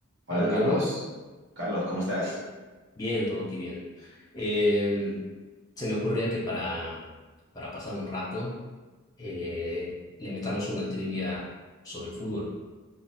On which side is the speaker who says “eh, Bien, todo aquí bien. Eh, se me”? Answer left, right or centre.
Left